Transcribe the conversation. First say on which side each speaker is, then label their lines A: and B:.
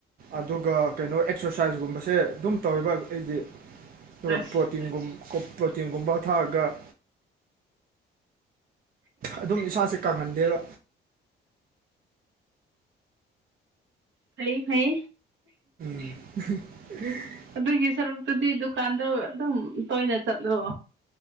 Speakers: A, on the right; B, on the right.
A: ꯑꯗꯨꯒ ꯀꯩꯅꯣ ꯑꯦꯛꯁꯔꯁꯥꯏꯁꯀꯨꯝꯕꯁꯦ ꯑꯗꯨꯝ ꯇꯧꯋꯦꯕ ꯑꯩꯗꯤ ꯑꯗꯨꯒ
B: ꯑꯁ
A: ꯄ꯭ꯔꯣꯇꯤꯟꯒꯨꯝ ꯀꯣꯞ ꯄ꯭ꯔꯣꯇꯤꯟꯒꯨꯝꯕ ꯊꯥꯛꯑꯒ ꯑꯗꯨꯝ ꯏꯁꯥꯁꯦ ꯀꯪꯍꯟꯗꯦꯕ
B: ꯐꯩ ꯐꯩ
A: <unintelligible>
B: ꯑꯗꯨꯒꯤ ꯁꯔꯨꯛꯇꯨꯗꯤ ꯗꯨꯀꯥꯟꯗꯣ ꯑꯗꯨꯝ ꯇꯣꯏꯅ ꯆꯠꯂꯣ